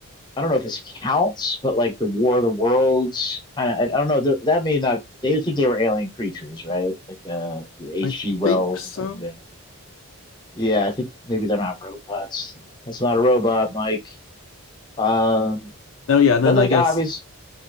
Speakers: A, on the left (about 20°); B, on the left (about 60°).
A: I don't know if this counts, but like the War of the Worlds kind of. I, I don't know. th- That may not. They would think they were alien creatures, right? Like the the H.G.
B: I
A: Wells,
B: think so.
A: and then the yeah. I think maybe they're not robots. That's not a robot, Mike. Um,
B: Oh yeah, and
A: but
B: then
A: like
B: I guess
A: obvious.